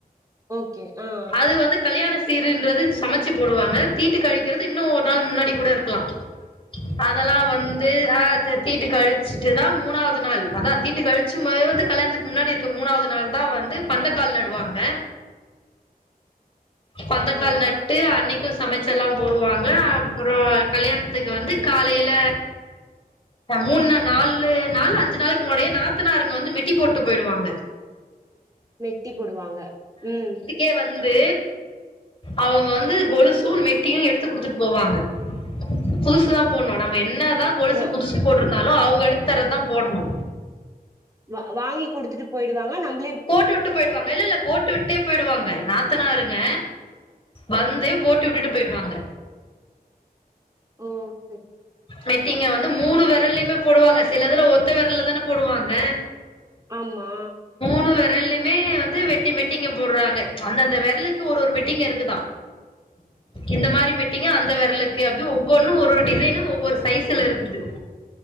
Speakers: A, on the right; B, on the left.
A: ஓகே ஆஆ
B: அது வந்து கல்யாண சீருன்றது சமச்சு போடுவாங்க தீட்டு கழிக்கறது இன்னூ ஒரு நாள் முன்னாடி கூட இருக்லா அதல்லா வந்து ஆ தெ தீட்டு கழிச்சுட்டுதா மூணாவது நாள் அதா தீட்டு கழிச்சு <unintelligible> கல்யாணத்துக்கு முன்னாடி இருக்க மூணாவது நாள் தா வந்து பந்தக்கால் நடுவாங்க பந்தக்கால்
A: ஆ
B: நட்டு அன்னிக் கு சமைச்சல்லா போடுவாங்க அப்றோ கல்யாணத்துக்கு வந்து காலையில மூணு இல்ல நாலு நானு அஞ்சு நாளுக்கு முன்னாடியே நா த்தனாருங்க வந்து மெட்டி போட்டு போயிடுவாங்க
A: மெட்டி போடுவாங்க ம்
B: கே வந்து அவுங்க வந்து கொலுசூ மெட்டியூ எடுத்து குடுத்துட்டு போவாங்க புதுசுதா போடணு நம்ம என்ன தா கொலுசு
A: ந
B: புதுசு போட்டுர் தாலூ அவுங்க எடுத்து தர்றதா போடணு
A: வா வாங்கி குடுத்துட்டு போயிடுவாங்க நம்
B: போட்டு விட்டு போயிருவாங்க இல்லல்ல போட்டு விட்டே போயிருவாங்க நாத்தனாருங்க வந்து போட்டு விட்டுட்டு போயிடுவாங்க
A: ஓ சரி
B: மெட்டிங்க வந் மூணு விரல்லயுமே போடுவாங்க சிலதுலா ஒத்த விரல்ல தானே போடுவாங்க
A: ஆமா
B: உ விரல்லயுமே வந்து வெட்டி மெட்டிங்க போடுறாங்க அந்த அந்த விரலுக்கு ஒரு ஒரு மெட்டிங்க இருக்குதா இந்த மாரி மெட்டிங்க அந்த விரலுக்கு அப்ப ஒவ்வொன்னூ ஒரு ஒரு டிசைனு ஒவ்வொரு சைஸ்லருக்குது